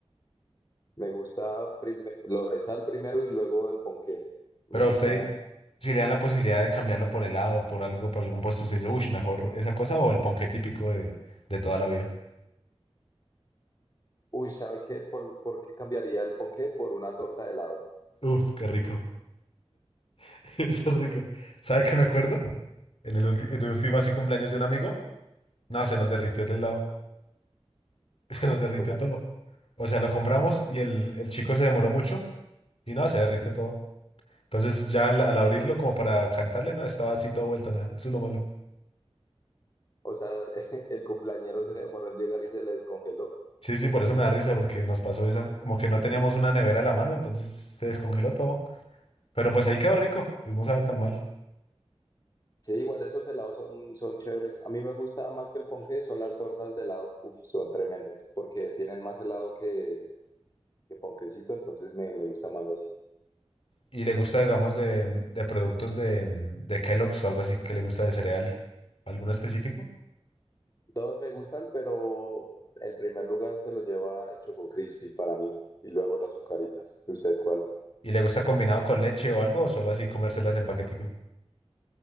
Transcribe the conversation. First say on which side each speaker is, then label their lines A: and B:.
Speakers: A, on the left; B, on the left.
A: Me gusta prime- lo de sal primero y luego el ponqué. Me
B: Pero
A: gusta,
B: a usted, si le dan la posibilidad de cambiarlo por helado, por algo, por algún postre, usted dice, uff, mejor esa cosa o el ponqué típico de, de toda la vida.
A: uy, ¿sabe qué? ¿Por, por qué cambiaría el ponqué? Por una torta de helado.
B: Uf, qué rico. <laughs> Eso es rico. ¿Sabe qué me acuerdo? En el, ulti- en el último así cumpleaños de un amigo, no, se nos derritió el helado. <laughs> Se nos derritió
A: Como,
B: todo. O sea, lo compramos y el, el chico se demoró mucho y no, se derritió todo. Entonces ya al, al abrirlo como para cantarle, no, estaba así todo vuelto, nada. Eso es lo malo.
A: o sea, <laughs> el cumpleañero se demoró en llegar y se le descongeló.
B: Sí, sí, por eso me da risa porque nos pasó esa. Como que no teníamos una nevera a la mano, entonces se descongeló todo. Pero pues ahí quedó rico, pues no sabe tan mal.
A: Sí, igual esos helados son, son chéveres. A mí me gusta más que el ponqué, son las tortas de helado. Uf, son tremendas, porque tienen más helado que, que ponquecito, entonces me, me gusta más así.
B: Y le gusta, digamos, de, de productos de, de Kellogg's o algo así que le gusta de cereal. ¿Alguno específico?
A: Todos me gustan, pero el primer lugar se lo lleva el Choco Crispy para mí, y luego las azucaritas. ¿Y ¿Usted cuál?
B: ¿Y le gusta combinado con leche o algo o solo así comérselas en paquetico?